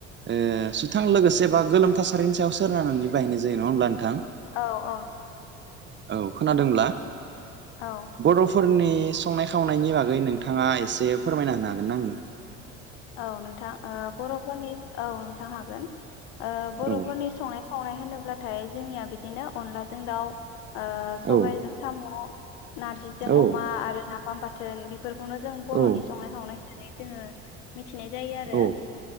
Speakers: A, on the right; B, on the left.
A: ओ सुथां लोगोसे बा गोलोम थासारिनि सायाव सोनारनानै बाहायनाय जायो नङा होमब्ला नोंथां
B: औ औ
A: औ खोनादोंब्ला
B: औ
A: बर'फोरनि संनाय खावनायनि बागै नोंथाङा एसे फोरमायना होनो हागोन ना आंनो
B: औ नोंथां ओ बर'फोरनि औ नोंथां हागोन ओ बर'फोरनि
A: अननानै औ
B: संनाय खावनाय होनोब्लाथाय जोंनिया बिदिनो अनलाजों दाउ ओ सबायजों
A: औ
B: साम' नारजिजों
A: औ
B: अमा आरो ना फाम बाथोन बेफोरखौनो जों बर'नि
A: औ
B: संनाय खावनाय होननानै जोङो खिनाय जायो आरो
A: औ